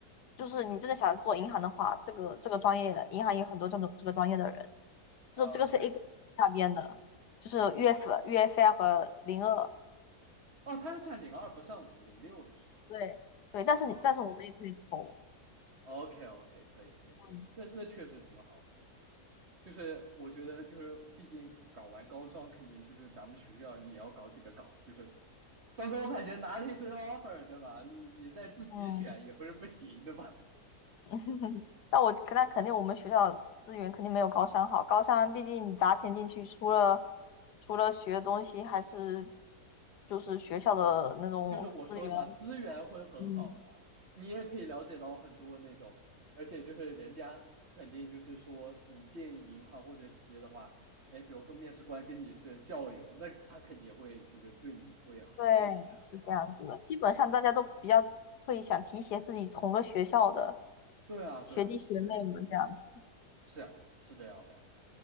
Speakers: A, on the left; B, on the right.
A: 就是你真的想做银行的话，这个这个专业银行也有很多这种这个专业的人，这这个是
B: OK OK，
A: A 股那边的，就是 UF UFI 和零二，
B: 哦，他是算零二不算我们零六的是吗？
A: 对对，但是你但是我们也可以投，
B: 啊，OK OK，可以可以可以，
A: 嗯。
B: 那那确实挺好。就是我觉得就是毕竟搞完高双肯定就是咱们学校也要搞几个岗，就是到时候感觉拿了一堆 offer 对吧？你你再自己选也不是不行对吧？
A: 嗯，<laughs> 那我那肯定我们学校资源肯定没有高三好，高三毕竟你砸钱进去，除了除了学的东西，还是就是学校的那种资源，
B: 就是我说的嘛，资源会很好嘛，
A: 嗯，
B: 你也可以了解到很多那种，而且就是人家肯定就是说，你进银行或者企业的话，哎，比如说面试官跟你是校友，那他肯定会就是对你会好一些，
A: 对，是这样子的。
B: 对吧？
A: 基本上大家都比较会想提携自己同个学校的
B: 对啊，对啊，
A: 学弟学妹们这样子，
B: 是这样的，是啊，是这样的呀。